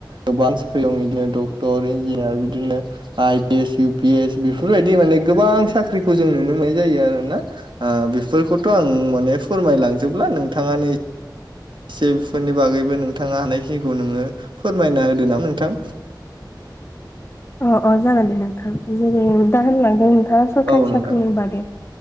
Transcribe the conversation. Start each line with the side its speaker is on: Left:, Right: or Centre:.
Right: गोबां सख्रि दं बिदिनो डक्टर इन्जिनियार बिदिनो I P S U P S बेफोरबायदि माने गोबां साख्रिखौ जों नुनो मोननाय जायो आरोना बेफोरखौथ' आं माने फोरमायलांजोबब्ला नोंथाङानि एसे बेफोरनि बागैबो नोंथाङा हानायखिनिखौ नोङो फोरमायना होदो नामा नोंथां
Left: अ अ जागा दे नोंथां जेर दान ला नोथाङा सोरखारि
Right: औ नोंथां
Left: साख्रिनि बागै